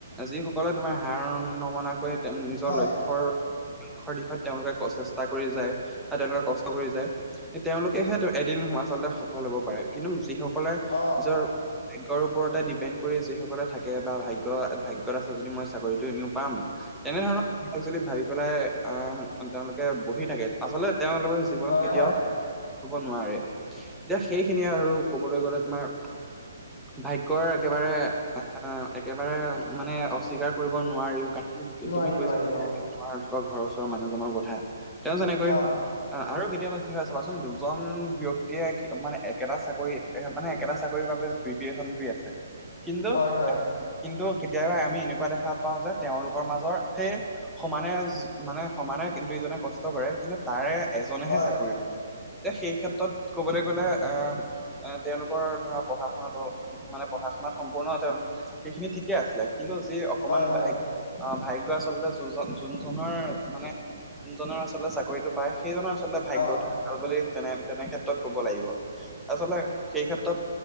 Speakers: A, in the centre; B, on the left (about 50°).
A: যিসকলে তোমাৰ হাৰ নমনা কৰি নিজৰ
B: হয়
A: লক্ষ্যৰ লক্ষ্যৰ দিশত তেওঁলোকে চেষ্টা কৰি যায়, বা তেওঁলোকে কষ্ট কৰি যায়। তেওঁলোকেহে এদিন আচলতে সফল হব পাৰে। কিন্তু যিসকলে
B: অ
A: নিজৰ ভাগ্যৰ ওপৰতে ডিপেণ্ড কৰি যি সকলে থাকে বা ভাগ্য ভাগ্যত আছে, যদি মই চাকৰিটো এনেও পাম, তেনেধৰণৰ যদি ভাবি পেলাই আঁহ তেওঁলোকে বহি থাকে, আচলতে তেওঁলোকৰ জীৱনত
B: হয়
A: কেতিয়াও
B: হয়
A: কৰিব নোৱাৰে। এতিয়া সেইখিনিয়ে আৰু কবলৈ গলে তোমাৰ ভা গ্য একেবাৰে এ একেবাৰে মানে অস্বীকাৰ কৰিব নোৱাৰিও কাৰণ
B: নোৱাৰি
A: তুমি কৈছা
B: নোৱাৰি অ
A: তোমাৰলোকৰ ঘৰৰ ওচৰৰ মানুহজনৰ কথা। তেওঁ যেনেকৈ
B: অ
A: আঁহ আৰু কেতিয়াবা কি হয় চাবাচোন, দুজন ব্যক্তিয়ে মানে একেটা চাকৰি এ মানে একেটা চাকৰিৰ বাবে প্ৰীপ্ৰেচন কৰি আছে। কিন্তু
B: হয় হয়
A: কিন্তু কেতিয়াবা আমি এনেকুৱা দেখা পাওঁ যে, তেওঁলোকৰ মাজৰ সেই সমানে মানে সমানে দুইজনে কষ্ট কৰে, কিন্তু তাৰে এজনেহে
B: হয়
A: চাক ৰি কৰিবলে, সেই ক্ষেত্ৰত ক'বলৈ গ'লে আঁ এ তেওঁলোকৰ ধৰা পঢ়া শুনাটো মানে পঢ়া শুনাত সম্পূৰ্ণ তেওঁ সেইখিনি ঠিকে আছিলে, কিন্তু যি অকমান
B: হয় হয়
A: ভাগ, অঁ ভাগ্যই আচলতে যোনজন যোনজনৰ মানে যোনজনৰ আচলতে চাকৰিতটো পায়, সেইজনৰ আচলতে ভাগ্যটো
B: অ
A: ভাল বুলি তেনে তেনে ক্ষেত্ৰত কব লাগিব। আচলতে সেই ক্ষেত্ৰত।